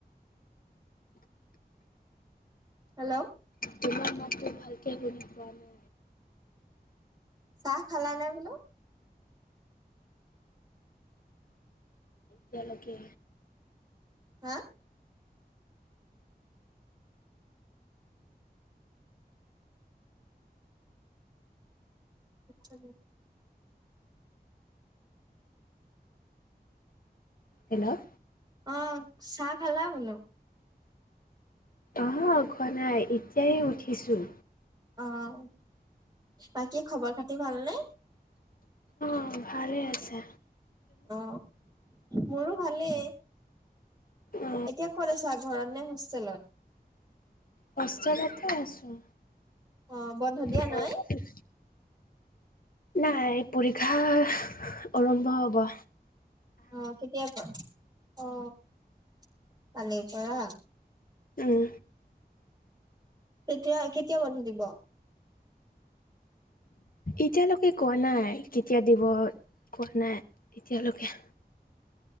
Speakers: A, on the right; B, on the left.
A: হেল্ল'।
B: তোমাৰ মাততো ভালকে শুনি পোৱা নাই।
A: চাহ খালা নে বোলো?
B: যেলকে।
A: হা? নিচএ। <unintelligible>
B: হেল্ল',
A: অ, চাহ খালা বোলো।
B: অ ঘনাই এতিয়াই উঠিছোঁ।
A: অঁ, বাকী খবৰ খাতি ভালনে?
B: অঁ ভালেই আছে।
A: অ মোৰো ভালেই।
B: অ
A: এতিয়া ক'ত আছা ঘৰত নে হোষ্টেলত।
B: কষ্ট কতে আছোঁ।
A: অ বন্ধ। দিয়া
B: ৰবা
A: নাই?
B: দেই। নাই পৰীক্ষা, আৰম্ভ হ'ব।
A: অ কেতিয়াৰ পৰা? অ কালিৰ পৰা।
B: উম।
A: তেতিয়া কেতিয়া বন্ধ দিব।
B: এতিয়ালৈকে কোৱা নাই কেতিয়া দিব কোৱা নাই এতিয়ালৈকে।